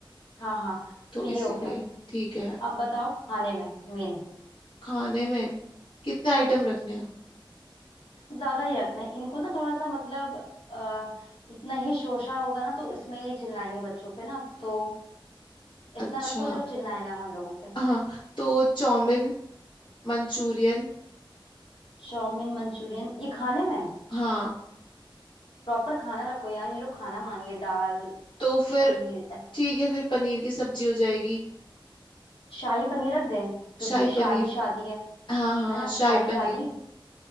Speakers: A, on the left (about 75°); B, on the left (about 60°).
A: हाँ हाँ
B: तो
A: तो ये
B: इसीलिए
A: हो गया
B: ठीक है
A: अब बताओ खाने में मेन
B: खाने में कितने आइटम रखने हैं
A: ज्यादा नहीं रखना है इनको ना थोड़ा सा मतलब आ, इतना ही शोशा होगा ना तो इसमें ये चिल्लाएंगे बच्चों पे ना तो इतना
B: अच्छा
A: रखो जो चिल्लाए ना हम लोगों पे
B: हाँ तो चाउमीन मंचूरियन
A: चाउमीन मंचूरियन ये खाने में
B: हाँ
A: प्रॉपर खाना रखो यार ये लोग खाना मांगे दाल
B: तो फिर
A: पनीर ऐसा
B: ठीक है फिर पनीर की सब्जी हो जाएगी
A: शाही पनीर रख दें क्योंकि
B: शाही पनीर
A: शाही शादी है
B: हाँ हाँ हाँ
A: है ना
B: शाही
A: शाही
B: पनीर
A: शादी